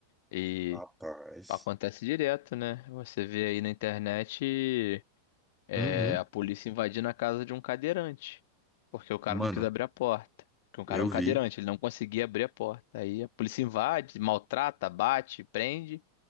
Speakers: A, on the left; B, in the centre.
A: E
B: Rapaz.
A: acontece direto, né? Você vê aí na internet é,
B: Uhum.
A: a polícia invadindo a casa de um cadeirante, porque o cara
B: Mano,
A: não quis abrir a porta. Porque o cara
B: eu
A: é um
B: vi.
A: cadeirante, ele não conseguia abrir a porta. Aí a polícia invade, maltrata, bate, prende.